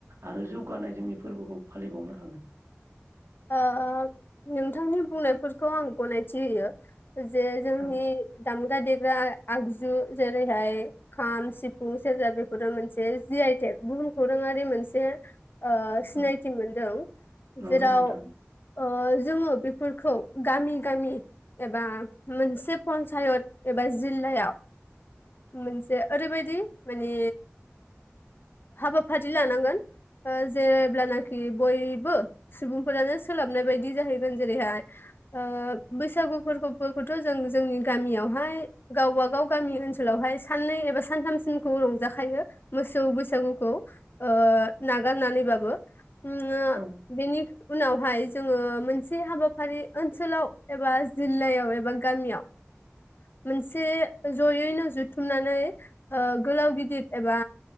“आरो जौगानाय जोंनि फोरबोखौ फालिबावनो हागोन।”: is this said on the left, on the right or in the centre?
Right